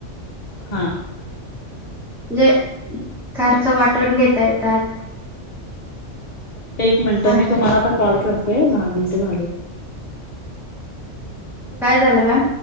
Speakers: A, on the left (about 35°); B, in the centre.
A: हा
B: जे खर्चं वाटून घेता येतात.
A: एक मिनिटं
B: हा
A: मी तुम्हाला आता कॉल करतो. हे दहा मिनिटे झालेत.
B: काय झालं मॅम?